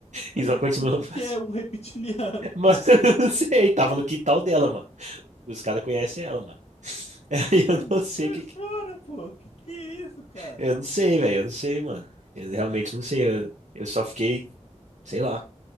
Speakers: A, on the right; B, on the left.
A: E
B: mas
A: só
B: o
A: continuou
B: que, que
A: fazendo.
B: que é um reptiliano?
A: Mas <laughs> eu não sei, tava no quintal dela, mano. Os caras conhecem ela, mano. <laughs> Aí Eu
B: <laughs>
A: não sei
B: Sai
A: o que,
B: fora,
A: que-
B: pô. Que que é isso, cara?
A: Eu não sei, velho. Eu não sei, mano. Eu realmente não sei. Eu, eu só fiquei, sei lá,